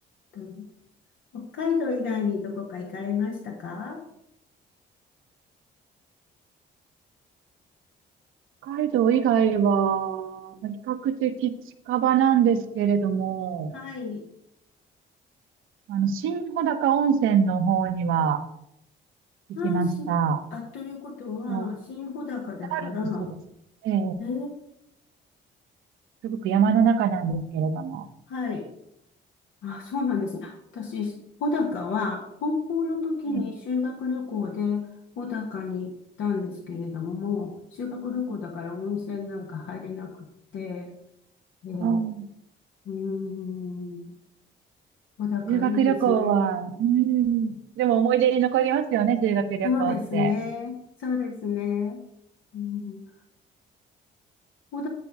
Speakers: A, on the left; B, on the right.
A: とね北海道以外にどこか行かれましたか
B: 北海道以外は、比較的近場なんですけれども、
A: はい。
B: あの、新穂高温泉の方には行きました。
A: ああ、しん、あ、ということは、
B: と
A: 新穂高だから、
B: 北アルプスです。ええ、
A: ええ、
B: すごく山の中なんですけれども。
A: はい。あ、そうなんですね。私、穂高は、高校の時に修学旅行で
B: ええ
A: 穂高に行ったんですけれども、修学旅行だから温泉なんか入れなくって、
B: あ
A: ええ、う
B: ー
A: ーん、穂高いいですね。
B: 修学旅行は、うん、でも思い出に残りますよね、修学旅行って。
A: そうですね。そうですね。うん小